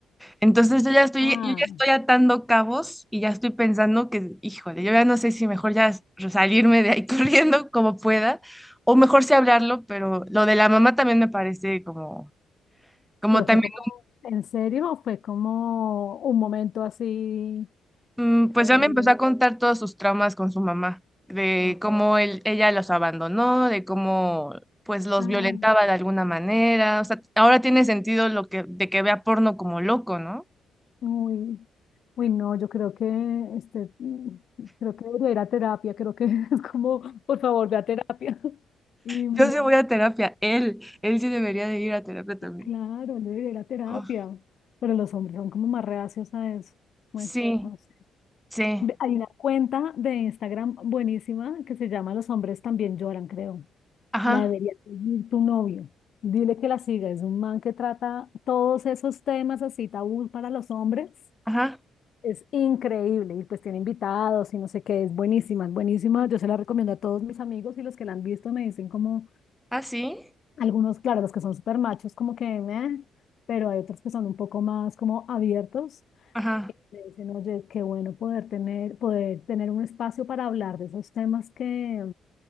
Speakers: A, in the centre; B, on the left.
A: Entonces yo ya estoy,
B: Ah,
A: yo ya estoy atando cabos y ya estoy pensando que, híjole, yo ya no sé si mejor ya salirme de ahí <laughs> corriendo como pueda, o mejor sí hablarlo, pero lo de la mamá también me parece como. Como
B: pero
A: también
B: fue como, ¿en serio? ¿O Fue como un momento así.
A: Mm, Pues
B: eh,
A: ya me empezó a contar todos sus traumas con su mamá, de
B: ah,
A: cómo él, ella los abandonó, de cómo pues los
B: ah,
A: violentaba de alguna manera. O sea, ahora tiene sentido lo que, de que vea porno como loco, ¿no?
B: uy. Uy, no, yo creo que, este, mm, creo que debería ir a terapia, creo que <laughs> es como, por favor, ve a terapia. Y
A: Yo
B: mm,
A: sí voy a terapia, él, él sí debería de ir a terapia también.
B: claro, él debería ir a terapia,
A: Oh,
B: pero los hombres son como más reacios a eso. Bueno,
A: Sí,
B: no sé.
A: sí,
B: Ve- Hay una cuenta de Instagram buenísima que se llama Los hombres también lloran, creo.
A: ajá,
B: La debería seguir tu novio. Dile que la siga, es un man que trata todos esos temas así tabú para los hombres
A: ajá,
B: Es increíble y pues tiene invitados y no sé qué, es buenísima, es buenísima. Yo se la recomiendo a todos mis amigos y los que la han visto me dicen como,
A: ah, sí,
B: algunos, claro, los que son súper machos como que, "Meh", pero hay otros que son un poco más como abiertos.
A: ajá,
B: y Me dicen, oye, qué bueno poder tener, poder tener un espacio para hablar de esos temas que,